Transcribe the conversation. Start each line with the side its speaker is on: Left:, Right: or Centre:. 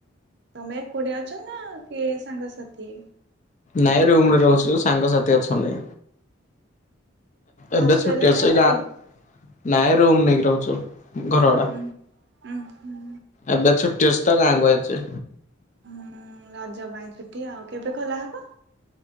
Right: ତମେ କୋଉଠି ଅଛ ନା କି ସାଙ୍ଗସାଥି।
Left: ନାଇଁ ରୁମ
Right: ପଢୁଛନ୍ତି?
Left: ରେ ରହୁଛୁ ସାଙ୍ଗସାଥି ଅଛନ୍ତି। ଏବେ
Right: ହଷ୍ଟେଲରେ
Left: ଛୁଟି ଅଛି
Right: ନା କୋଉଠି?
Left: ଗାଁ ନାଇଁ ରୁମ୍ ନେଇକି ରହୁଛୁ ଘରଭଡ଼ା।
Right: ଉଁ ଉଁ ହୁଁ।
Left: ଏବେ ଛଟି ଅଛିତ ଗାଁ କୁ ଆଇଛି।
Right: ହୁଁ ରଜ ପାଇଁ ଛୁଟି ଆଉ କେବେ ଖୋଲା ହବ?